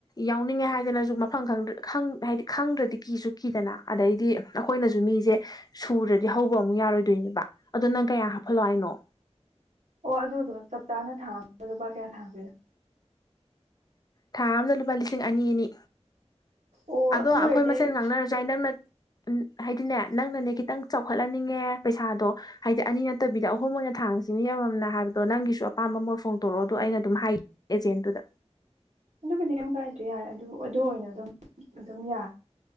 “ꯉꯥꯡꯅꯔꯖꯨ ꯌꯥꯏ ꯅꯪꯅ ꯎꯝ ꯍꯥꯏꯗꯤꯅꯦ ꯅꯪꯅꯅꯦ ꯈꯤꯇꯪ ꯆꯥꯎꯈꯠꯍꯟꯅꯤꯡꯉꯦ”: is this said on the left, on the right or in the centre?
Left